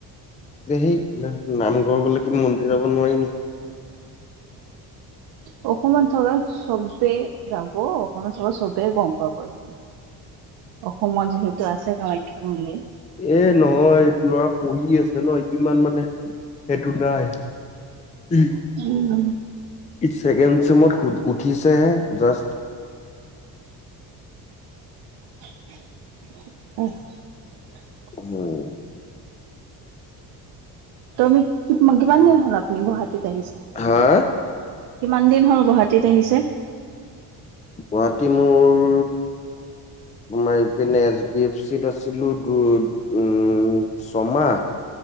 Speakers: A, on the left; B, on the right.
A: সেই ব নামঘৰ গ'লে কি মন্দিৰ যাব নোৱাৰি নেকি?
B: <inaudible> অসমত থকা সবে যাব অসমত থকা সবেই গম পাব এইটো। অসমত যিহেতু আছে কামাখ্যা মন্দিৰম
A: এ নহয় এইটো ল'ৰা পঢ়ি আছে ন ইমান মানে সেইটো নাই এই
B: উম উম।
A: ই ছেকেণ্ড চেমত উঠিছেহে জাষ্ট।
B: <unintelligible>
A: উম।
B: তমি কি কিমান দিন হ'ল আপনি গুৱাহাটী টীত আহিছে?
A: হা
B: কিমান দিন হ'ল গুৱাহাটীত আহিছে?
A: গুৱাহাটী মোৰ তোমাৰ এইপিনে এছ বি এফ চিত আছিলো দুধ উম চমাহ